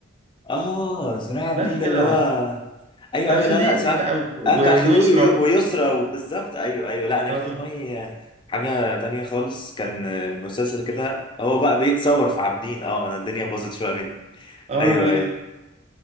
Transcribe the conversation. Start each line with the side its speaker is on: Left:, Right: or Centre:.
Left: اه صلاح عابد
Right: لا
Left: الدين
Right: يا جدع
Left: ده اللي هو ايوه
Right: بتاع
Left: ايوه
Right: خديوي
Left: لا لا صلاح
Right: بقى
Left: عابد-
Right: و... و...
Left: اه بتاع خديوي
Right: ويسرى
Left: وي- ويسرى وبالظبط ايوه ايوه لا انا
Right: اه
Left: جه في دماغي حاجه تانية خالص كان مسلسل كده هو بقى بيتصور في عابدين اه انا الدنيا باظت شويه مني
Right: اه
Left: ايوه
Right: لا
Left: ايوه
Right: لا